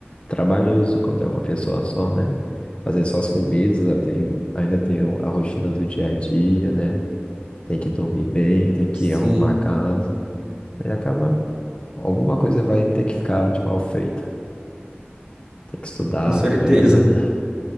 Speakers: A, on the left; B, on the right.
A: trabalhoso quando é uma pessoa só, né? Fazer só as comidas, já tem- ainda tem o- a rotina do dia a dia, né? Tem que dormir bem, tem que
B: Sim,
A: arrumar a casa. Aí acaba, alguma coisa vai ter que ficar de mal feita. Tem que estudar
B: com certeza.
A: também, né?